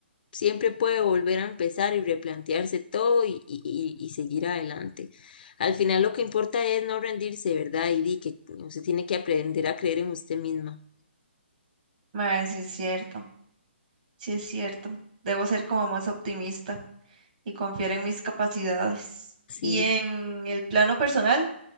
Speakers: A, on the left; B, on the right.
A: siempre puede volver a empezar y replantearse todo y, y, y- y seguir adelante. Al final lo que importa es no rendirse, ¿verdad? Y di que usted tiene que aprender a creer en usted misma,
B: Mae, sí es cierto, sí es cierto. Debo ser como más optimista y confiar en mis capacidades.
A: sí,
B: Y en el plano personal,